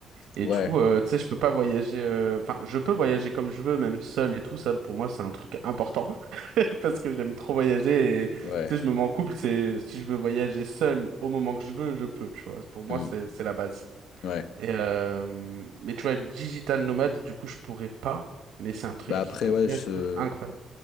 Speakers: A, on the right; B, on the left.
A: Et
B: Ouais.
A: du coup, euh, tu sais, je peux pas voyager. euh, Enfin, je peux voyager comme je veux, même seul et tout. Ça, pour moi, c'est un truc important <laughs> parce que j'aime trop voyager. Et tu
B: Ouais,
A: sais, je me mets en couple. C'est si je veux voyager seul au moment que je veux, je peux. Tu vois, pour moi,
B: hmm,
A: c'est c'est la base.
B: ouais.
A: Et euh, mais tu vois, être digital nomade, du coup, je pourrais pas. Mais c'est un truc
B: Bah après,
A: qui pourrait
B: ouais, je,
A: être incroyable.